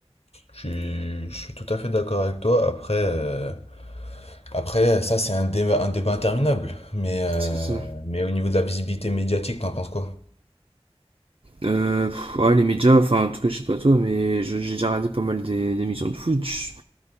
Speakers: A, on the left; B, on the right.
A: Je suis, je suis tout à fait d'accord avec toi. Après, euh, après ça, c'est un débat, un débat interminable. Mais, euh,
B: c'est ça.
A: mais au niveau de la visibilité médiatique, t'en penses quoi?
B: Euh, pff, ouais, les médias, enfin, en tout cas, je sais pas toi, mais je- j'ai déjà regardé pas mal des- émissions de foot. Je-